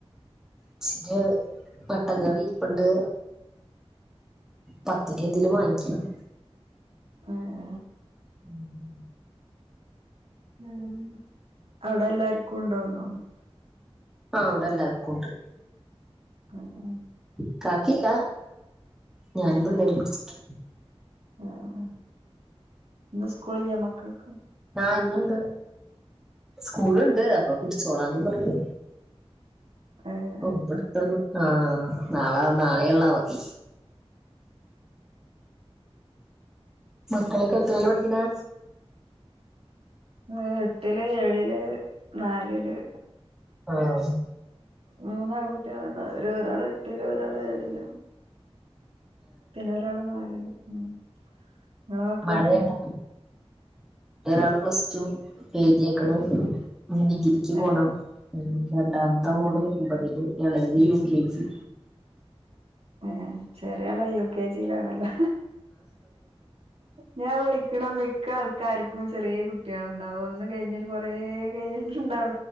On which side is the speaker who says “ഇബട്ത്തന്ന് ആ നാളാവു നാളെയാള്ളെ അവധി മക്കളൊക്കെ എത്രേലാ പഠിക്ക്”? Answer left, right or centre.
Centre